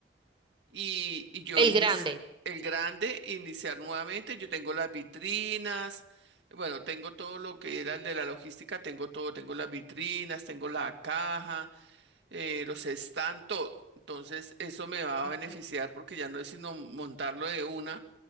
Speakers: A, on the right; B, on the right.
A: y, y yo
B: El
A: inici-
B: grande.
A: el grande iniciar nuevamente. Yo tengo las vitrinas, bueno, tengo todo lo que era el de la logística, tengo todo, tengo las vitrinas, tengo la caja, eh, los stands, todo. Entonces, eso me va
B: Okay.
A: a beneficiar porque ya no es sino montarlo de una.